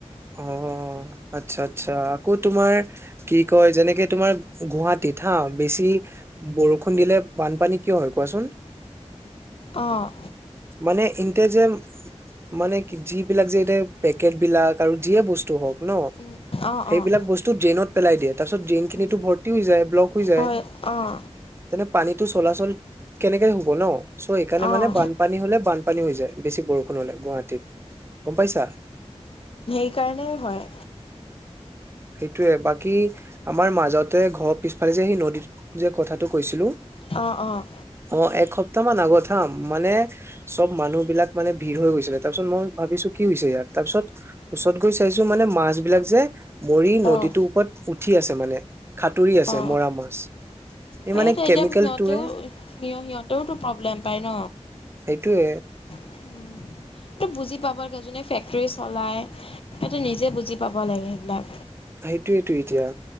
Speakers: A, on the right; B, on the left.
A: অ আচ্ছা আচ্ছা কত তোমাৰ কি কয় যেনেকে- তোমাৰ গুৱাহাটীত হা বেছি বৰষুণ দিলে বানপানী কিয় হয় কোৱাচোন?
B: অ'
A: মানে এনতে যে মানে কি যিবিলাক যে এতাই পেকেট বিলাক আৰু যিয়ে বস্তু হওক ন
B: উম অঁ
A: সেইবিলাক
B: অঁ
A: বস্তু ড্ৰেইনত পেলাই দিয়ে তাৰপিছত ড্ৰেইন খিনিতো
B: উম
A: ভৰ্তি হৈ যায় ব্লক হৈ যায়।
B: হয় অঁ
A: তেনে পানীটো চলাচল কেনেকে হ'ব ন চ' সেইকাৰণে মানে
B: অঁ
A: বানপানী হলে বানপানী হৈ যায়। বেছি বৰষুণ হলে গুৱাহাটীত গম পাইছা
B: সেইকাৰণে হয়
A: সেইটোয়ে বাকী আমাৰ মাজতে ঘৰৰ পিছফালে যে সেই নদীত যে কথাত- তো কৈছিলো
B: অ', অ',
A: অ এক সপ্তাহ মান আগত খাম মানে চব মানুহ বিলাক মানে ভিৰ হৈ গৈছিলে তাৰপিছত মই ভাবিছো কি হৈছে ইয়াত তাৰ পিছত ওচৰত গৈ চাইছো মানে মাছ বিলাক যে মৰি
B: অ',
A: নদীটোৰ ওপৰত উঠি টি আছে মানে সাঁতুৰি আছে
B: অ
A: মৰা মাছ এই
B: সেইটো
A: মানে কেমিকেলটোৱে
B: এতিয়া সিহঁতেও সিহ সিহঁতেওতো প্ৰব্লেম পাই ন
A: সেইটোৱে
B: উমম সেইটো বুজি পাব লাগে যোনে ফেক্টৰী চলাই সেইটো নিজে বুজি পাব লাগে সেইবিলাক
A: সেইটোৱেইটো এতিয়া